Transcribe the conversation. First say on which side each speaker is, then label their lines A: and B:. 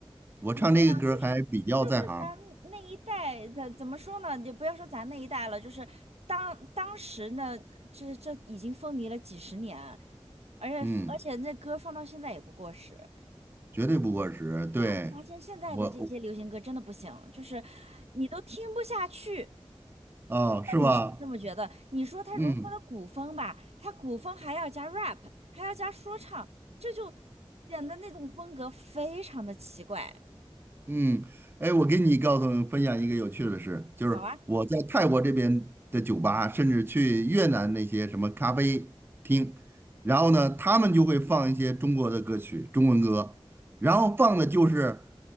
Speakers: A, on the right; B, on the right.
A: 我唱这个歌还比较在行，
B: 嗯，对啊，就是就是咱那一代，怎怎么说呢？你不要说咱那一代了，就是当当时呢，这这已经风靡了几十年，而且而且那歌放到现在也不过时。
A: 嗯，绝对不过时。对，
B: 但是我发现现在的这些流行歌真的不行，
A: 我，我
B: 就是你都听不下去。
A: 哦，
B: 那你是不是这么觉得？
A: 是吧？
B: 你说它融合了古风吧，
A: 嗯。
B: 它古风还要加 rap，还要加说唱，这就显得那种风格非常的奇怪。
A: 嗯，哎，我给你告诉分享一个有趣的事，就是我在泰国这边的酒吧，
B: 好啊，
A: 甚至去越南那些什么咖啡厅，然后呢，他们就会放一些中国的歌曲，中文歌，然后放的就是